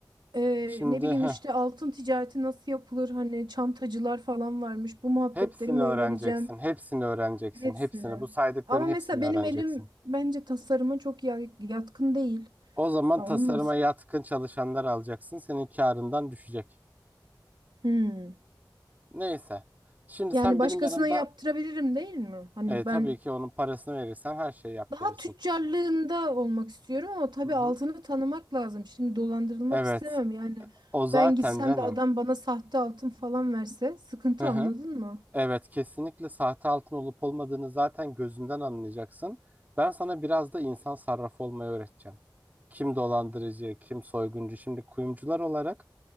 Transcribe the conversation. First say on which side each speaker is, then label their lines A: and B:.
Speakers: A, on the right; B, on the right.
A: Ee,
B: şimdi
A: ne bileyim
B: heh,
A: işte altın ticareti nasıl yapılır? Hani çantacılar falan varmış. Bu muhabbetleri
B: hepsini
A: mi
B: öğreneceksin.
A: öğreneceğim?
B: Hepsini öğreneceksin.
A: Hepsini.
B: Hepsini. Bu saydıkların
A: Ama
B: hepsini
A: mesela benim
B: öğreneceksin.
A: elim bence tasarıma çok ya- yatkın değil.
B: O zaman
A: Ha,
B: tasarıma
A: Onun nasıl?
B: yatkın çalışanlar alacaksın. Senin karından düşecek.
A: Hmm.
B: Neyse. Şimdi
A: Yani
B: sen
A: başkasına
B: benim yanımda
A: yaptırabilirim değil mi? Hani
B: e, tabii
A: ben
B: ki onun parasını verirsen her şeyi yaptırırsın.
A: Daha tüccarlığında olmak istiyorum ama tabii
B: Hı hı.
A: altını tanımak lazım. Şimdi dolandırılmak
B: Evet.
A: istemem yani.
B: O zaten
A: Ben gitsem
B: canım.
A: de adam bana sahte altın falan verse sıkıntı
B: Hı hı.
A: anladın mı?
B: Evet, kesinlikle sahte altın olup olmadığını zaten gözünden anlayacaksın. Ben sana biraz da insan sarrafı olmayı öğreteceğim. Kim dolandırıcı, kim soyguncu. Şimdi kuyumcular olarak